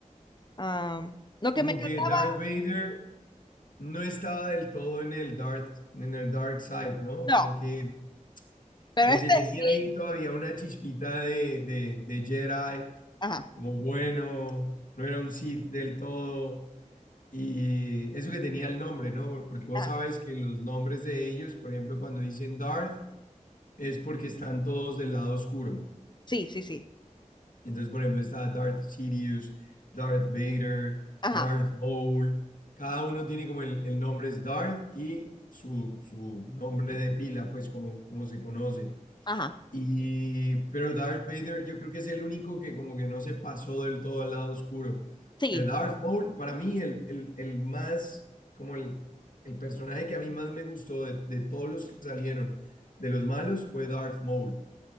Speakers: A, on the left; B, on the left.
A: am, lo
B: como
A: que me encantaba,
B: que Darth Vader no estaba del todo en el dark, en el dark side, ¿no?
A: no,
B: Como que,
A: pero
B: como
A: este
B: que tenía
A: sí.
B: ahí todavía una chispita de, de, de Jedi
A: Ajá,
B: como bueno, no era un Sith del todo. Y eso que tenía el nombre, ¿no? Porque vos
A: ajá,
B: sabes que los nombres de ellos, por ejemplo, cuando dicen Darth, es porque están todos del lado oscuro.
A: sí, sí, sí.
B: Entonces, por ejemplo, está Darth Sidious, Darth Vader,
A: Ajá,
B: Darth Maul. Cada uno tiene como el, el nombre es Darth y su, su nombre de pila, pues como, como se conoce.
A: ajá,
B: Y, pero Darth Vader yo creo que es el único que como que no se pasó del todo al lado oscuro.
A: sí.
B: Porque Darth Maul, para mí, el, el, el más, como el, el personaje que a mí más me gustó de, de todos los que salieron de los malos fue Darth Maul.